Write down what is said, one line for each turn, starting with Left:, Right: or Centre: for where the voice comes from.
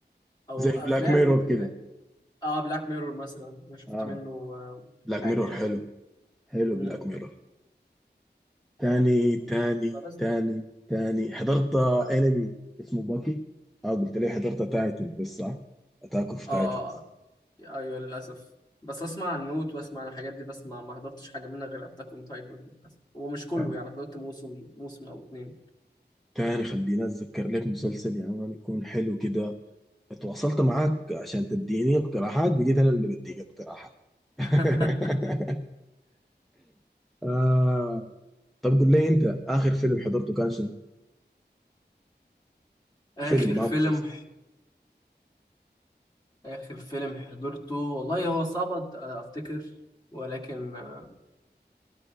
Left: او
Centre: زي
Left: افلام
Centre: بلاك ميرور كده
Left: اه بلاك ميرور مثلا انا شفت
Centre: آه.
Left: منه آه،
Centre: بلاك
Left: حاجه
Centre: ميرور
Left: يعني
Centre: حلو
Left: كده
Centre: حلو
Left: امم
Centre: بلاك ميرور تاني تاني
Left: فبس
Centre: تاني تاني حضرت انمي اسمه باكي اه قلت لي حضرت تايتن بس صح اتاك اوف تايتنز
Left: اه ايوه للاسف بس اسمع عن نوت واسمع عن الحاجات دي بس ما ما حضرتش حاجه منها غير اتاك اون تايتن للاسف ومش كله
Centre: اه
Left: يعني حضرت موسم موسم او اتنين
Centre: تاني خليني اتذكر لك مسلسل يا مان يكون حلو كده تواصلت معاك عشان تديني اقتراحات بقيت انا اللي بديك اقتراحات
Left: <laughs>
Centre: <laughs> آه طب قول لي انت اخر فيلم حضرته كان شنو؟
Left: اخر
Centre: فيلم
Left: فيلم
Centre: ما مسلسل
Left: اخر فيلم حضرته والله هو صعب أت- افتكر ولكن آه،